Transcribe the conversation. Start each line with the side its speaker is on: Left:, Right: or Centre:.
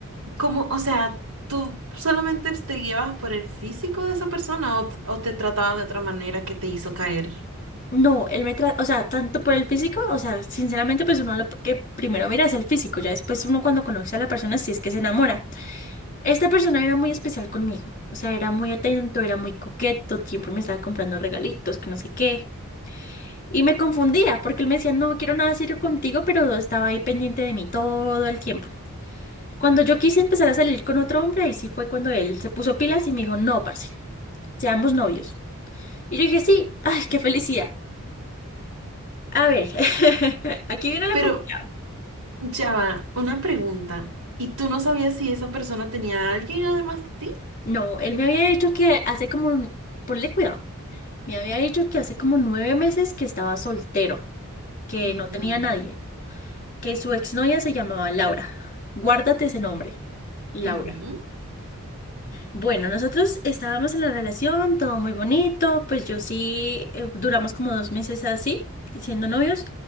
Right: ¿cómo, o sea, tú solamente te guiabas por el físico de esa persona o, t- o te trataba de otra manera que te hizo caer?
Left: no, él me trata, o sea, tanto por el físico, o sea, sinceramente pues uno lo que primero mira es el físico, ya después uno cuando conoce a la persona si es que se enamora. Esta persona era muy especial conmigo, o sea, era muy atento, era muy coqueto, siempre me estaba comprando regalitos, que no sé qué. Y me confundía porque él me decía, no quiero nada serio contigo, pero estaba ahí pendiente de mí todo el tiempo. Cuando yo quise empezar a salir con otro hombre, ahí sí fue cuando él se puso pilas y me dijo, no, parce, seamos novios. Y yo dije, sí, ay, qué felicidad. A ver, <laughs> aquí viene la
Right: Pero
Left: complicada.
Right: ya va, una pregunta. ¿Y tú no sabías si esa persona tenía a alguien además de ti?
Left: No, él me había dicho que hace como, un- ponle cuidado, me había dicho que hace como nueve meses que estaba soltero, que
Right: Ujú,
Left: no tenía nadie, que su exnovia se llamaba Laura. Guárdate ese nombre, Laura.
Right: ujú,
Left: Bueno, nosotros estábamos en la relación, todo muy bonito, pues yo sí eh, duramos como dos meses así, siendo novios.